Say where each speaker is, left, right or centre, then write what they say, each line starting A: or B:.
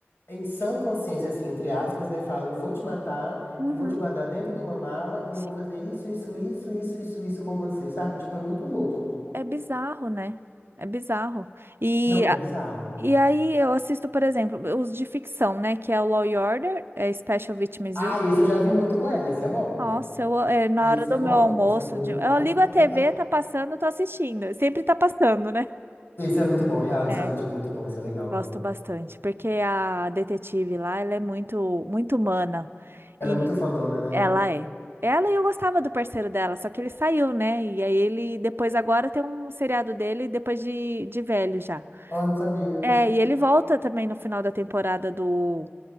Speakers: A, on the left; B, on the right.
A: em sã consciência, assim, entre aspas, né, fala, eu vou te matar
B: Uhum.
A: e vou te guardar dentro de uma mala e
B: Sim,
A: eu vou fazer isso, isso, isso, isso, isso, isso com você, sabe? Tipo, é muito louco.
B: é bizarro, né? É bizarro. E,
A: Não, é
B: a-
A: bizarro.
B: e aí eu assisto, por exemplo, os de ficção, né? Que é o Law e Order, é Special Victims
A: Ah, esse eu já vi muito com ela. Esse é bom.
B: Nossa, eu, é, na
A: Esse
B: hora do
A: é bom.
B: meu almoço,
A: Esse é muito
B: de-
A: bom.
B: eu
A: <laughs>
B: ligo a TV, tá passando, tô assistindo. Sempre tá passando, né?
A: Esse é muito bom. Real, isso
B: É,
A: realmente é muito bom. Esse é legal.
B: gosto bastante, porque a detetive lá, ela é muito, muito humana.
A: Ela
B: E
A: é muito fodona, né?
B: ela é. Ela e eu gostava do parceiro dela, só que ele saiu, né? E aí ele, depois agora tem um seriado dele, depois de, de velho já.
A: Oh, não sabia.
B: É, e ele volta também no final da temporada do